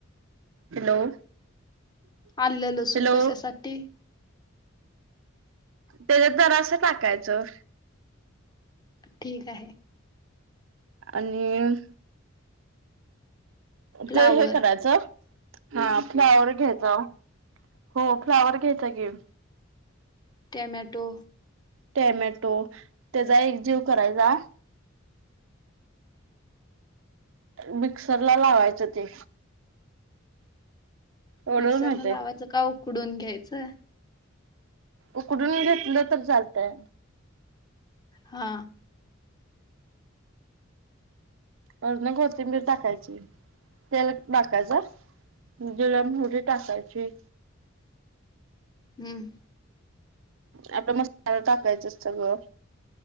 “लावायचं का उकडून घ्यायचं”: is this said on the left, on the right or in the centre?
Left